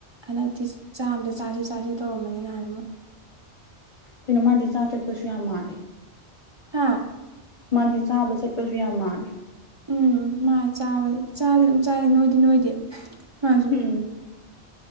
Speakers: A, on the right; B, on the left.
A: ꯍꯟꯗꯛꯇꯤ ꯆꯥꯛ ꯑꯝꯗ ꯆꯥꯁꯦ ꯆꯥꯁꯦ ꯇꯧꯔꯝꯕꯅꯤ ꯅꯍꯥꯟꯃꯨꯛ
B: ꯀꯩꯅꯣ ꯃꯥꯗꯤ ꯆꯥ ꯆꯠꯄꯁꯨ ꯌꯥꯝ ꯃꯥꯜꯂꯦ
A: ꯍꯥꯥ
B: ꯃꯥꯗꯤ ꯆꯥꯕ ꯆꯠꯄꯁꯨ ꯌꯥꯝ ꯃꯥꯜꯂꯦ
A: ꯎꯝ ꯃꯥ ꯆꯥꯕꯗꯤ ꯆꯥꯗꯤ ꯑꯗꯨꯝ ꯆꯥꯢ ꯅꯣꯏꯗꯤ ꯅꯣꯏꯗꯦ ꯃꯥꯖꯦ
B: ꯎꯝ